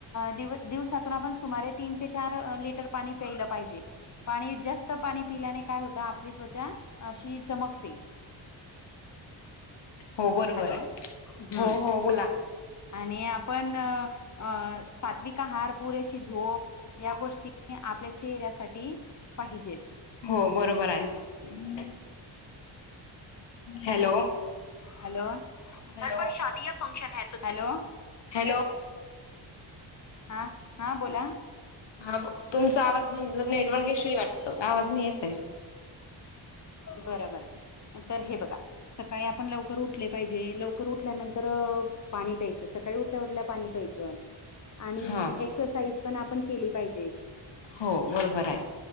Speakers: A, on the left; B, on the left.
A: दिव दिवसातून आपण सुमारे तीन ते चार लिटर पाणी प्यायलं पाहिजे पाणी जास्त पाणी पिल्याने काय होत आपली त्वचा अशी चमकते
B: हो बरोबर
A: हॅलो
B: आहे
A: हम्म
B: हो हो बोला
A: आणि आपण अं सात्विका हार पुरेशी झोप या गोष्टी आपल्या चेहऱ्यासाठी पाहिजेत
B: हो बरोबर आहे ह हॅलो
A: हॅलो
B: हॅलो
A: हरपण शादी या फंक्शन ह त हॅलो
B: हॅलोॅ
A: हा हा बोला
B: हा तुमचा आवाज नेटवर्क येशू वाटतो आवाज नाही येतय
A: बरं बरं तर हे बघा सकाळी आपण लवकर उठले पाहिजे लवकर उठल्यानंतर पाणी प्यायचं सकाळी उठल्या उठल्या पाणी प्यायचं च आणि
B: हा
A: एक्सरसाइज पण आपण केली पाहिजे
B: हो बरोबर हाय